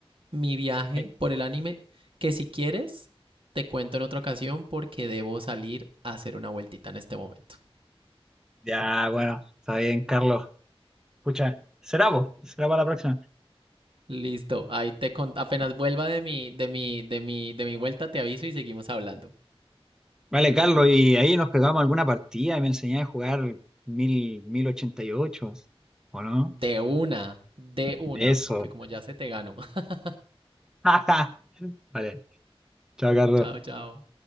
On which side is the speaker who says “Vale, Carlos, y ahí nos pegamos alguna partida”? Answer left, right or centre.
Centre